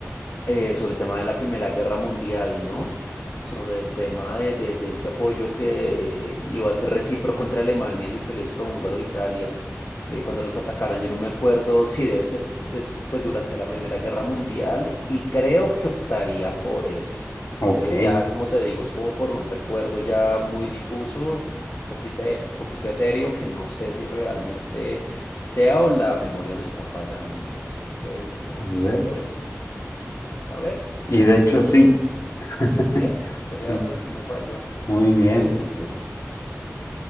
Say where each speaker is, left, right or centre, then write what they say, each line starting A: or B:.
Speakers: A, on the left; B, on the left.
A: eh, sobre el tema de la Primera Guerra Mundial, ¿no? Sobre el tema de, de- de este apoyo que iba a ser recíproco entre Alemania, el Imperio Austrohúngaro, e Italia, eh, cuando los atacaran. Yo no me acuerdo si debe ser después durante la Primera Guerra Mundial y creo que optaría por esa.
B: Ok.
A: Pero ya, como te digo, es como por un recuerdo ya muy difuso, un poco eter- un poquito etéreo, que no sé si realmente sea o la memoria me está fallando. Entonces, pues bueno,
B: A ver.
A: me iría por esa. Vamos a ver.
B: Y de hecho, sí. <laughs>
A: Ok, vea
B: Sí,
A: pues, no me falló.
B: muy bien.
A: ¿Qué dice?